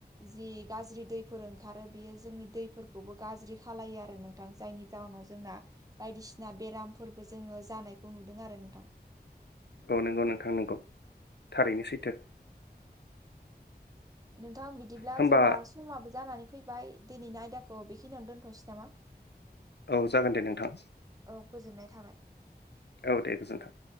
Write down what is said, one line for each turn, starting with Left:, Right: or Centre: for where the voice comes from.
Right: जि गाज्रि दैफोर ओंखारो बियो जोंनि दैफोरखौबो गाज्रि खालायो आरो नोंथां जायनि जाउनाव जोंना बायदिसिना बेरामफोरबो जोङो जानायखौ नुदों आरो नोंथां‌
Left: औ नंगौ नोंथां नंगौ थारैनो सैथो।
Right: नोंथां बिदिब्ला
Left: होमबा
Right: जोंना समाबो जानानै फैबाय दिनैनि आयदाखौ बेखिनियावनो दोनथ'नोसै नामा?
Left: औ जागोन दे नोंथां
Right: औ गोजोननाय थाबाय
Left: औ दे गोजोन्थों